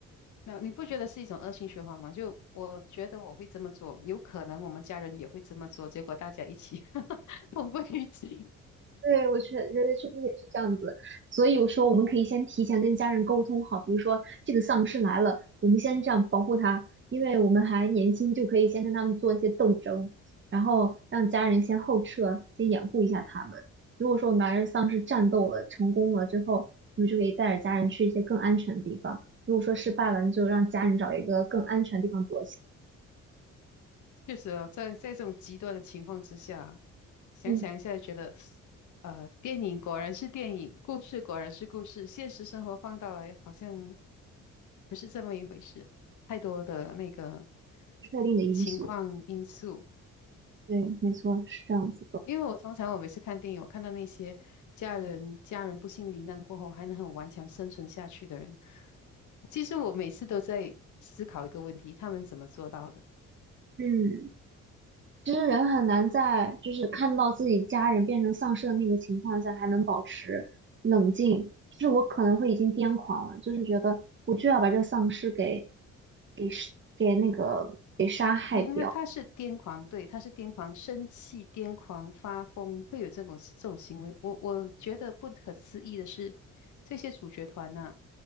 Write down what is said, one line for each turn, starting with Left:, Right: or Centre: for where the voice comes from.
Left: 那你不觉得是一种恶性循环吗？就我觉得我会这么做，有可能我们家人也会这么做，结果大家一起 <laughs> 同归于尽。
Right: 对，我觉得人类确实也是这样子，所以我说我们可以先提前跟家人沟通好，比如说这个丧尸来了，我们先这样保护它，因为我们还年轻，就可以先跟他们做一些斗争，然后让家人先后撤，先掩护一下他们。如果说我们还是丧尸战斗了，成功了之后，我们就可以带着家人去一些更安全的地方；如果说失败了，那就让家人找一个更安全的地方躲起
Left: 确实哦，在在这种极端的情况之下，
Right: 来。
Left: 想想一下就觉得，
Right: 嗯，
Left: 呃，电影果然是电影，故事果然是故事，现实生活放大来好像不是这么一回事，太多的那个
Right: 不确定的因素，
Left: 情况因素。
Right: 对，没错，是这样子的。
Left: 因为我通常我每次看电影，我看到那些家人家人不幸罹难过后还能很顽强生存下去的人，其实我每次都在思考一个问题：他们怎么做到的？
Right: 嗯。其实人很难在就是看到自己家人变成丧尸的那个情况下，还能保持冷静。就是我可能会已经癫狂了，就是觉得我就要把这个丧尸给给杀给那个给杀害掉。
Left: 你那他是癫狂，对，他是癫狂，生气、癫狂、发疯，会有这种这种行为。我我觉得不可思议的是，这些主角团呢、